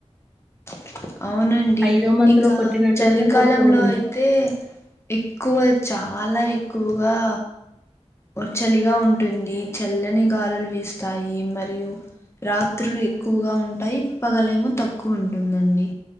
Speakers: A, on the left; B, in the centre.
A: ఆ అవునండి
B: ఐదో మంత్
A: ఇక
B: లో కొట్టినట్టుగానే
A: చలికాలంలో
B: కొడుతూ ఉంది
A: అయితే ఎక్కువ చాలా ఎక్కువగా ఉ చల్లీగా ఉంటుంది చల్లని గాలులు వీస్తాయి మరియు రాత్రులు ఎక్కువగా ఉంటాయి పగలేమో తక్కువ ఉంటుందండి